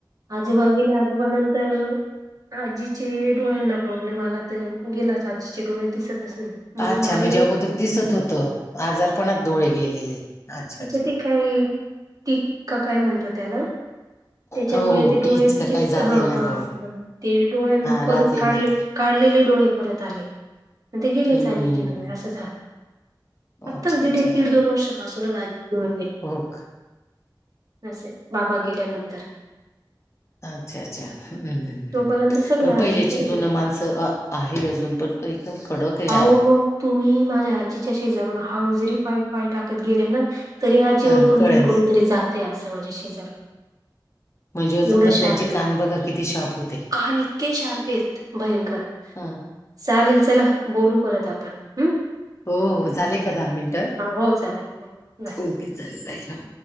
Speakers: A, on the right; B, on the left.
A: आजोबा गेले आजोबा नंतर आजीचे डोळ्यांना प्रॉब्लेम आला, तर गेलाच आजीचे डोळे दिसतच नाही. म्हणून
B: अच्छा म्हणजे,
A: आई हो
B: अगोदर दिसत होतं आजारपणात डोळे गेलेले, अच्छा!
A: तिच्या
B: अच्छा!
A: ते काय ती का काय म्हणतो, त्याला? त्याच्यामुळे
B: हो हो
A: ते
B: टीच
A: डोळे
B: का
A: तिचे
B: काही जाते
A: हा
B: ना
A: हा
B: हो
A: ते डोळ्यांना
B: हा राहते
A: परत काढलेत
B: ना ते
A: काढलेले डोळे परत आले, ते गेले
B: हम्म
A: आजीचे डोळे असं झाल. आत्ताच
B: अच्छा
A: दीड
B: अच्छा
A: एक दीड दोन वर्षा पासूनच आजीचे डोळे गेले.
B: हो क
A: असये बाबा गेल्या नंतर.
B: अच्छा! अच्छा! हम
A: तोपर्यंत सगळं
B: पण
A: आजी
B: पहिल्याचे
A: करत
B: जुन
A: होते
B: माणसं त अ आहे, अजून पण तो एकदम कडक आहे
A: अहो,
B: आहो.
A: मग तुम्ही माझ्या आजीच्या शेजारून हाळू जरी पाय -पाय टाकत गेले ना-‍- तरी आजी
B: हा
A: ओळखून
B: कळेल
A: घेईल कोणीतरी जातेय, असं माझ्या शेजारून
B: म्हणजे, अजून
A: एवढं
B: पण
A: शार्प
B: त्यांचे कान
A: आहे
B: बघा किती शाबूत ये.
A: कान इतके शार्प आहेत, भयंकर
B: हा
A: चालेल चला बोलू परत, आपण हम.
B: हो हो झालेय, का दहा मिनटं
A: हो चालेल हो बाय
B: ओके चालेल बाय!